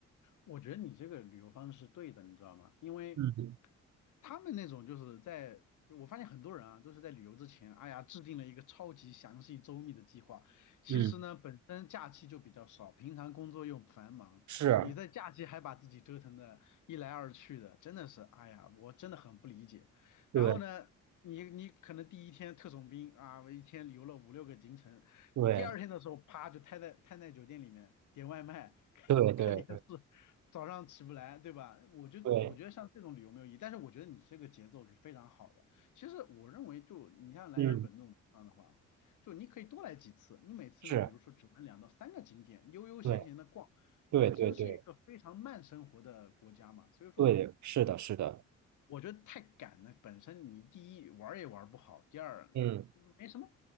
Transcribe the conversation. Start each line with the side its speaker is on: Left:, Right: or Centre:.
Left: 我觉得你这个旅游方式是对的，你知道吗？因为
Right: 嗯
Left: 他们那种就是在，就我发现很多人啊，都是在旅游之前，哎呀，制定了一个超级详细周密的计划。其实呢，
Right: 嗯，
Left: 本身假期就比较少，平常工作又繁忙，
Right: 是，
Left: 你在假期还把自己折腾的一来二去的，真的是，哎呀，我真的很不理解。然后呢，
Right: 对
Left: 你你可能第一天特种兵啊，我一天游了五六个行程，
Right: 对
Left: 第二天的时候，啪就瘫在瘫在酒店里面点外卖，<laughs>
Right: 对对对对
Left: 看看电视，早上起不来，对吧？我就我觉得像这种旅游没有意义，
Right: 对，
Left: 但是我觉得你这个节奏是非常好的。其实我认为就，你像来日本这种地方的话，
Right: 嗯，
Left: 就你可以多来几次。你每次呢，
Right: 是，
Left: 比如说只玩两到三个景点，悠悠闲闲的逛，
Right: 对对对对
Left: 本身是一个非常慢生活的国家嘛，所以说
Right: 对，是的，是的，
Left: 我觉得太赶了，本身你第一玩儿也玩儿不好，第二
Right: 嗯。
Left: 没什么